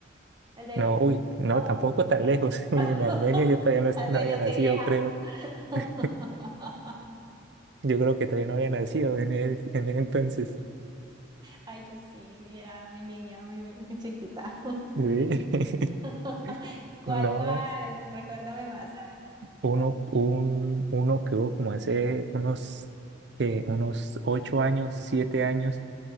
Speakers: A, on the right (about 20°); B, on the right (about 60°).
A: ¿El de...
B: No, uy, no,
A: No?
B: tampoco tan lejos. <laughs> En
A: <laughs>
B: Armenia yo todavía no, est-
A: O
B: no
A: sea,
B: había
A: yo
B: nacido,
A: estoy vieja.
B: creo.
A: <laughs>
B: <laughs> Yo creo que todavía no había nacido en el, en el entonces.
A: Ay, yo sí, era mi niña, muy, be- muy chiquita.
B: Sí. <laughs>
A: <laughs> ¿Cuál,
B: No.
A: cuál? Recuérdame más, a ver.
B: uno, un, uno que hubo como hace unos, eh, unos ocho años, siete años,